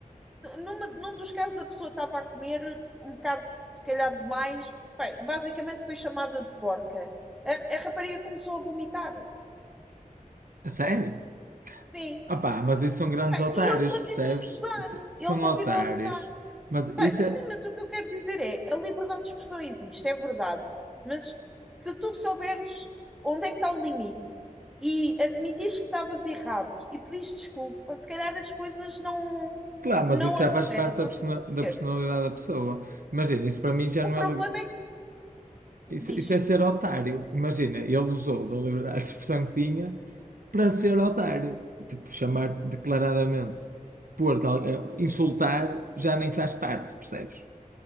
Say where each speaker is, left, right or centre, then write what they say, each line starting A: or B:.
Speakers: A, in the centre; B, on the right.
A: numa- num dos casos a pessoa estava a comer um bocado, se calhar, demais, pá, basicamente foi chamada de porca. A, a rapariga começou a vomitar,
B: A sério?
A: sim,
B: Ah pá, mas isso são grandes
A: Pá,
B: otários,
A: e ele continua
B: percebes?
A: a gozar,
B: S- São
A: ele continua
B: otários.
A: a gozar.
B: Mas
A: Pá,
B: isso
A: Sim,
B: é.
A: mas o que eu quero dizer é, a liberdade de expressão existe, é verdade, mas se tu souberes onde é que está o limite e admitires que estavas errado e pedires desculpa, se calhar as coisas não
B: Claro,
A: não
B: mas isso já
A: aceleram,
B: faz parte
A: estás
B: da, persona-
A: a perceber?
B: da personalidade da pessoa. Imagina, isso para mim já não
A: O problema
B: é.
A: é que
B: Isso,
A: diz.
B: isso é ser otário. Imagina, ele usou da liberdade de expressão que tinha para ser otário. Tipo, chamar declaradamente, pôr, cal- eh, insultar já nem faz parte, percebes?